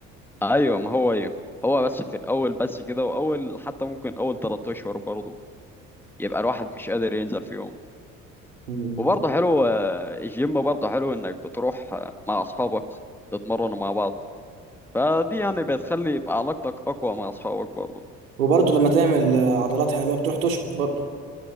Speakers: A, in the centre; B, on the right (about 80°).
A: ايوه ما هو ايه هو بس في الاول بس كده واول حتى ممكن اول 3 اشهر برضه يبقى الواحد مش قادر ينزل فيهم
B: مم.
A: وبرضه حلو آه، الجيم برضه حلو انك بتروح آه، مع اصحابك تتمرنوا مع بعض فدي يعني بتخلي يبقى علاقتك اقوى مع اصحابك برضه
B: وبرضه لما تعمل آه، عضلات حلوه بتروح تشقط برضه